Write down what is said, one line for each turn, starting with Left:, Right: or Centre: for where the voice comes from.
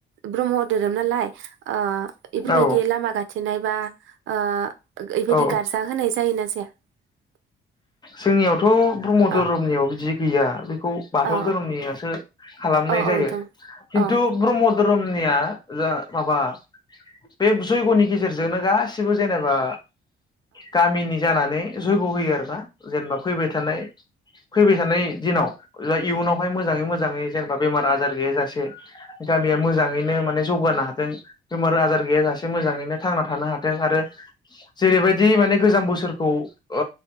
Right: ब्रह्म धोरोम नालाय ओ इफोरबायदि
Left: औ
Right: लामा गाथेनाय बा ओ बेबायदि
Left: औ
Right: गार्जा होनाय जायोना जाया? <inaudible>
Left: जोंनियावथ' ब्रह्म धोरोमनियाव
Right: औ
Left: बिदि गैया खौ बाथौ
Right: औ
Left: धोरोमनियासो खालामनाय
Right: औ औ
Left: जायो
Right: दं
Left: खिन्थु
Right: औ
Left: ब्रह्म धोरोम निया जा माबा बे जयग'नि गेजेरजोंनो गासिबो जेनेबा गामिनि जानानै जयग' होयो आरोना जेनेबा फैबाय थानाय फैबाय थानाय दिनाव जा इयुनावहाय मोजाङै मोजाङै जेनबा बेमार आजारनि गैया जासे गामिया मोजाङैनो माने जौगानो हाथों बेमार आजार गैया जासे मोजाङैनो थांना थानो हाग थों आरो जेरैबायदि माने गोजाम बोसोर खौ ओ